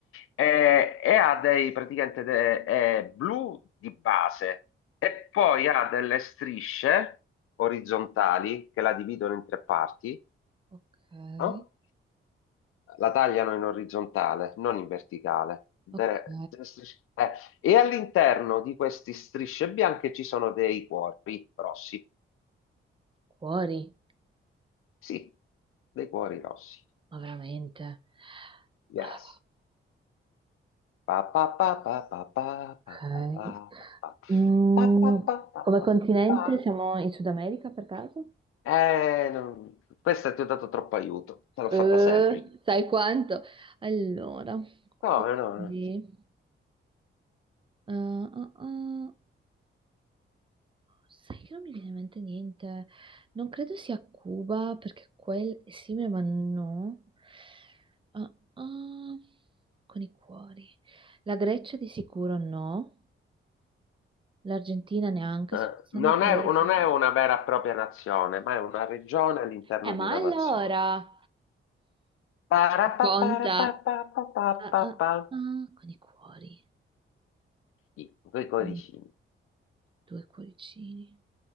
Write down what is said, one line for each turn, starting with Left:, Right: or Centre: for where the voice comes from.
Left: Eh, e ha dei praticamente de- è blu di base e poi ha delle strisce orizzontali che la dividono in tre parti,
Right: ok, ok. ok.
Left: no? La tagliano in orizzontale, non in verticale. De-
Right: Ok, ok.
Left: de- strisce- eh, E all'interno di queste strisce bianche ci sono dei cuori rossi.
Right: Cuori,
Left: Sì, dei cuori rossi.
Right: ma veramente.
Left: Yes.
Right: Ah.
Left: Pa pa pa pa pa pa pa
Right: Ok.
Left: pa pa pa
Right: Mm,
Left: pa pa pa pa
Right: come
Left: pa
Right: continente
Left: pa.
Right: siamo in Sud America per caso?
Left: Eh, non- questa ti ho dato troppo aiuto, te l'ho
Right: Eh,
Left: fatta semplice.
Right: sai quanto? Allora,
Left: Come no?
Right: quindi...
Left: no.
Right: eh, ah, ah, sai che non mi viene in mente niente. Non credo sia Cuba perché quel... Sì, ma no. Ah, ah, con i cuori. La Grecia di sicuro no. L'Argentina neanche,
Left: Eh,
Right: sto pensando
Left: non
Right: a paesi.
Left: è, non è una vera e propria nazione, ma è una regione all'interno
Right: Eh, ma
Left: di una
Right: allora,
Left: nazione. Parapaparapapapapapapa.
Right: conta. Ah, ah, ah, con i cuori.
Left: Sì, due cuoricini,
Right: Mm, Due cuoricini.